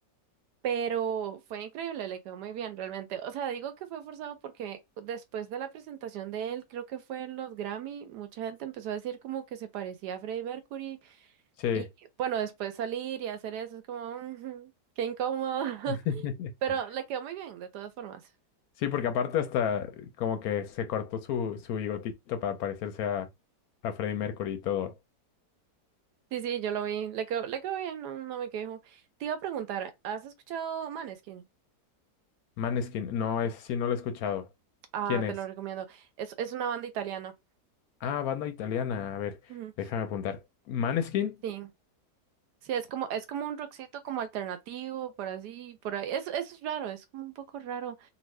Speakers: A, on the right (about 75°); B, on the left (about 70°).
A: pero fue increíble, le quedó muy bien, realmente. O sea, digo que fue forzado porque después de la presentación de él, creo que fue en los Grammy, mucha gente empezó a decir como que se parecía a Freddie Mercury
B: Sí.
A: y bueno, después salir y hacer eso es como, "Mm, qué incómodo.
B: <laughs>
A: Pero le quedó muy bien, de todas formas.
B: Sí, porque aparte hasta como que se cortó su, su bigotito para parecerse a, a Freddie Mercury y todo.
A: Sí, sí, yo lo vi. Le quedó, le quedó bien, no, no me quejo. Te iba a preguntar, ¿has escuchado Maneskin?
B: Maneskin, no, ese sí no lo he escuchado.
A: Ah,
B: ¿Quién es?
A: te lo recomiendo. Es, es una banda italiana.
B: Ah, banda italiana. A ver,
A: Ujú,
B: déjame apuntar. ¿Maneskin?
A: Sí. Sí, es como, es como un rockcito como alternativo, por así, por ahí. Es, es raro, es como un poco raro